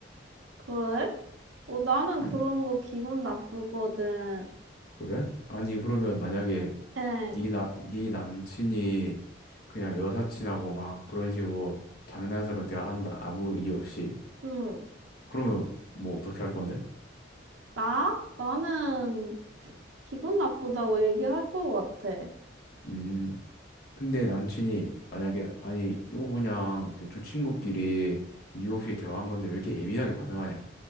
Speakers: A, on the right; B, on the left.
A: 그래? 어, 나는
B: 응,
A: 그런 거 기분 나쁘거든.
B: 그래? 아니 그러면 만약에
A: 응,
B: 네남네 남친이 그냥 여사친하고 막 그런 식으로 장난스러운 대화한다 아무 이유 없이
A: 응,
B: 그러면 뭐 어떻게 할 건데?
A: 나? 나는 기분 나쁘다고 얘기할 것 같아.
B: 음 근데 남친이 만약에 아니 이거 그냥 대충 친구끼리 이유 없이 대화한 건데 왜 이렇게 예민하게 반응하냐